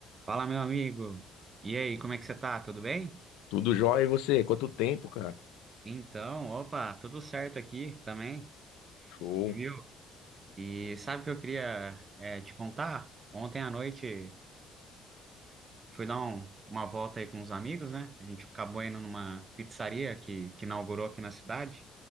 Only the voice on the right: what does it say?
Fala, meu amigo. E aí, como é que você tá? Tudo bem?
Então, opa, tudo certo aqui também,
viu? E sabe o que eu queria é, te contar? Ontem à noite fui dar um- uma volta aí com os amigos, né? A gente acabou indo numa pizzaria que, que inaugurou aqui na cidade.